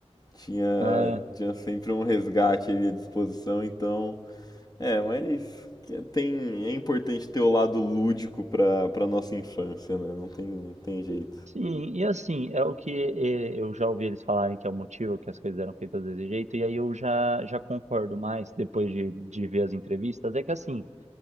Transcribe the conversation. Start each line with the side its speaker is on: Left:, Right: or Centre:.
Left: tinha,
Right: É,
Left: tinha sempre um resgate ali à disposição, então. É, mas tem, é importante ter o lado lúdico pra, pra nossa infância, né? Não tem, não tem jeito.
Right: sim, e assim, é o que eh, eu já ouvi eles falarem que é o motivo que as coisas eram feitas desse jeito, e aí eu já, já concordo mais depois de, de ver as entrevistas. É que assim,